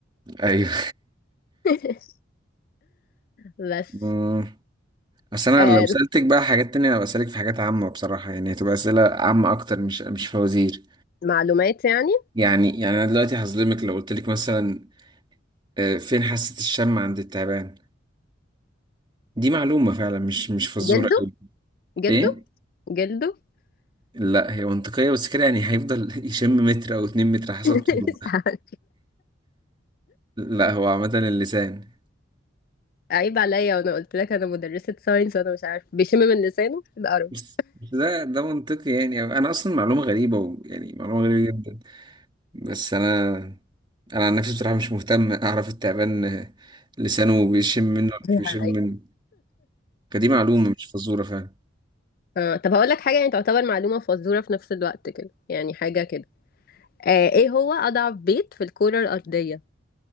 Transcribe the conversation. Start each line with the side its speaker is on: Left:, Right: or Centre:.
Right: أيوه
Left: <laughs> بس
Right: <laughs> بس انا
Left: آه
Right: لو سألتك بقى حاجات تانية هبقى أسألك في حاجات عامة بصراحة يعني هتبقى أسئلة عامة اكتر مش مش فوازير
Left: معلومات يعني
Right: يعني يعني انا دلوقتي هظلمك لو قلت لك مثلا آه، فين حاسة الشم عند التعبان دي معلومة فعلا مش مش فزورة
Left: جلده
Right: قوي
Left: جلده
Right: ايه
Left: جلده
Right: لا هي منطقية بس كده يعني هيفضل <laughs> يشم متر او اتنين متر حسب
Left: <laughs> مش
Right: طوله
Left: عارف.
Right: لا هو عامة اللسان
Left: عيب عليا وانا قلت لك انا مدرسة ساينس وانا مش عارفة بيشم من لسانه الارض
Right: بس بس ده ده منطقي يعني انا اصلا معلومة غريبة ويعني معلومة غريبة جدا بس انا انا عن نفسي بصراحه مش مهتم اعرف التعبان آه، لسانه بيشم منه ولا
Left: <laughs>
Right: مش بيشم منه فدي معلومه مش فزوره فعلا
Left: آه، طب هقول لك حاجة يعني تعتبر معلومة فزورة في نفس الوقت كده يعني حاجة كده آه، ايه هو أضعف بيت في الكرة الأرضية